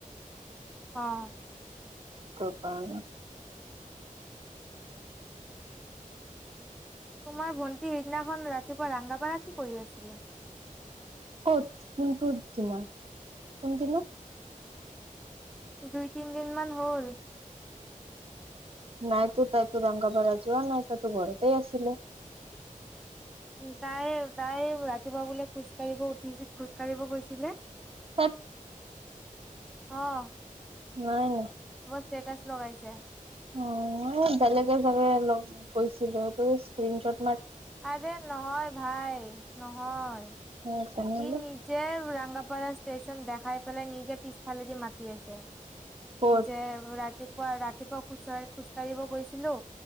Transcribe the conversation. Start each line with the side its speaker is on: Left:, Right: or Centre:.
Centre: অঁ
Right: সেই কাৰণে।
Centre: তোমাৰ ভণ্টি সেইদিনাখন ৰাতিপুৱা ৰগাপাৰা কি কৰি আছিলে
Right: ক'ত কোনটোৰ দিনা কোনদিনা
Centre: দুই তিন দিন মান হ'ল
Right: নাইতো তাইতো ৰংগাপড়া যোৱা নাই তাই তো ঘৰতেই আছিলে
Centre: উ তাই তাই ৰাতিপুৱা বোলে খোজ কাঢ়িব উঠিছিল খোজ কাঢ়িব গৈছিলে।।
Right: সত
Centre: আহ।
Right: নাই ন!
Centre: ষ্টেটাচ লগাইছে।
Right: অঁ বেলেগে এজনে গৈছিলে স্নত।
Centre: আৰে নহয় ভাই নহয়।
Right: অ তেনেহলে
Centre: ই নিজে ৰংগাপাৰা ষ্টেশচন দেখাই পেলাই নিজে পিছফালেদি মাতি আছে যে
Right: ক'ত
Centre: ৰাতি। ৰাতিপুৱা ৰাতিপুৱা খোজাঢ়ি খোজকাঢ়িব গৈছিলো